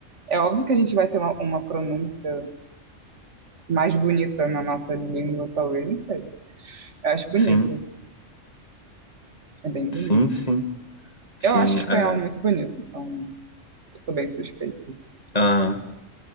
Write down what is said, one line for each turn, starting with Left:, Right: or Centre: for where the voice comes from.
Right: é óbvio que a gente vai ter uma, uma pronúncia mais bonita na nossa língua, talvez, não sei. Eu acho bonito,
Left: sim,
Right: é bem
Left: sim,
Right: bonito.
Left: sim, sim,
Right: Eu acho espanhol
Left: é,
Right: muito bonito, então eu sou bem suspeita.
Left: aham.